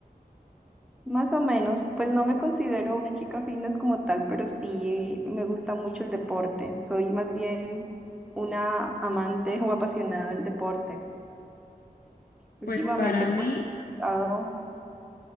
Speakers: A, in the centre; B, on the left.
A: Más o menos, pues no me considero una chica fitness como tal, pero sí me gusta mucho el deporte. Soy más bien una amante o apasionada del deporte. Últimamente,
B: Pues para
A: pues,
B: mí,
A: he estado,